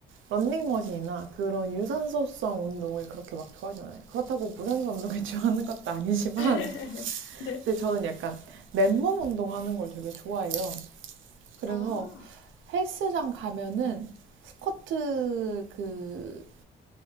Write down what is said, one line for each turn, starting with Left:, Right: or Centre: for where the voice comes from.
Right: 런닝머신이나 그런 유산소성 운동을 그렇게 막 좋아하잖 않아요. 그렇다고 무산소 운동을 <laughs> 좋아하는 것도 아니지만,
Left: <laughs> 네.
Right: 근데 저는 약간 맨몸 운동하는 걸 되게 좋아해요. 그래서
Left: 아,
Right: 헬스장 가면은 스쿼트 그,